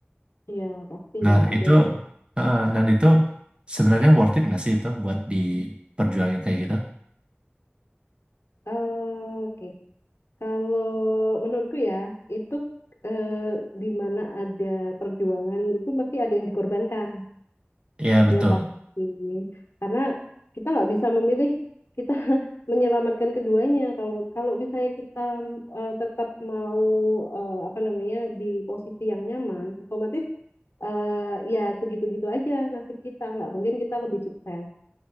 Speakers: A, on the left; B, on the right.
A: Iya, pastilah
B: Nah
A: ada
B: itu,
A: lah.
B: eh, nah itu sebenarnya worth it nggak sih itu buat diperjuangin kayak gitu?
A: Eh, Oke, Kalau menurutku ya itu eh, di mana ada perjuangan itu mesti ada yang dikorbankan.
B: Ya betul,
A: Ya pasti. Karena kita nggak bisa memilih kita <laughs> menyelamatkan keduanya. Kalau kalau misalnya kita eh, tetap mau eh, apa namanya di posisi yang nyaman, otomatis eh, ya segitu-gitu aja nasib kita. Nggak mungkin kita lebih sukses.